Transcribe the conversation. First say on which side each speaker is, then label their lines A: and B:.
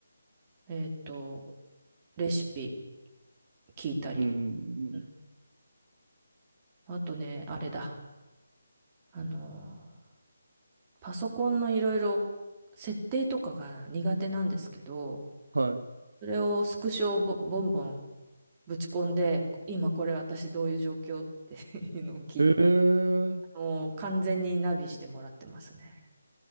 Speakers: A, on the right; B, on the right.
A: えっと、レシピ聞いたり。
B: うん。
A: うん。あとね、あれだ。あのー、パソコンのいろいろ設定とかが苦手なんですけど、
B: は
A: それをスクショをボボンボンぶち込んで、今これ私どういう状況って <laughs> いうのを聞いて、
B: い。へえ。
A: あの完全にナビしてもらってますね。